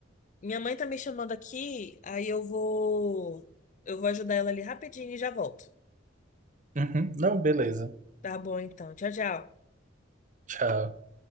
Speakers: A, on the left (about 40°); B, on the right (about 40°).
A: Minha mãe tá me chamando aqui, aí eu vou. Eu vou ajudar ela ali rapidinho e já volto.
B: Uhum. Não, beleza.
A: Tá bom, então. Tchau, tchau.
B: Tchau.